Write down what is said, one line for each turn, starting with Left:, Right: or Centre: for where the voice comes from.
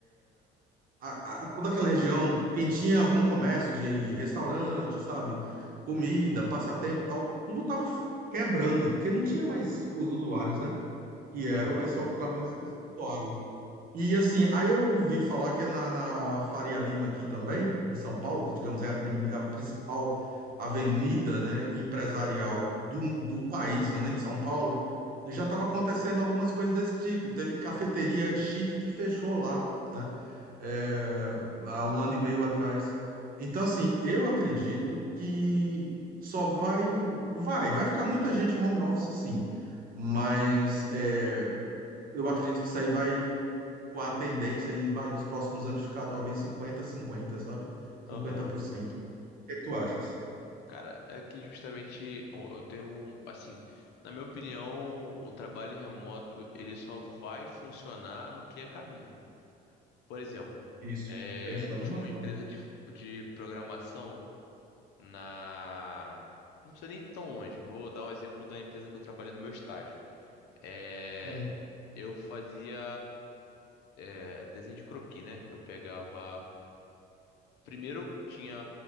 Right: a- a- toda aquela região, quem tinha algum comércio de restaurante, sabe? Comida, passatempo, e tal, tudo tava quebrando, porque não tinha mais os usuários, né? e era
Left: Aham.
Right: o pessoal que trabalhava no escritório. E assim, aí eu ouvi falar que é na, na Faria Lima aqui também, em São Paulo, que digamos é a, prim- é a principal avenida, né, empresarial do, do país, não é nem de São Paulo, já estava acontecendo algumas coisas desse tipo. Teve cafeteria chique que fechou lá, né, é, há um ano e meio atrás. Então, assim, eu acredito que só vai, vai, vai ficar muita gente em home office, sim, mas é, eu acredito que isso aí vai com a tendência aí, vai, nos próximos anos ficar talvez 50 cinquenta sabe? 50%.
Left: Aham.
Right: O que é que tu achas?
Left: Cara, é que justamente eu eu tenho, um- assim, na minha opinião, o trabalho remoto ele só vai funcionar no que é cabível. Por exemplo,
Right: Isso.
Left: é,
Right: Penso da mesma
Left: tinha uma
Right: forma.
Left: empresa de, de programação na. Não precisa nem ir tão longe, vou dar um exemplo da empresa que eu trabalhei no meu estágio. É,
Right: Uhum.
Left: eu fazia, é, desenho de croquis, né? Eu pegava. Primeiro tinha